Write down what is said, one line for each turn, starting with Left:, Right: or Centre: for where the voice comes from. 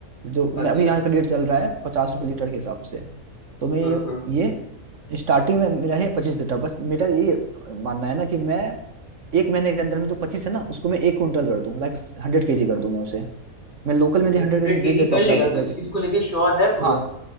Right: जो मैं
Left: अच्छा
Right: अभी यहाँ का रेट चल रहा है पचास रुपये लीटर के हिसाब से तो मैं
Left: हाँ
Right: ये
Left: हाँ
Right: ये स्टार्टिंग में मेरा है पच्चीस कट्ठा बस मेरा ये मानना है ना कि मैं एक महीने के अंदर में जो पच्चीस है ना उसको मैं एक क्विंटल कर दूं लाइक हंड्रेड केजी कर दूं मैं उसे मैं लोकल में
Left: तू
Right: भी हंड्रेड
Left: हंड्रेड
Right: केजी
Left: केजी
Right: बेच देता
Left: कर
Right: हूँ
Left: लेगा
Right: पचास रुपए
Left: तो इस
Right: के
Left: चीज को लेके श्योर है पूरा
Right: हाँ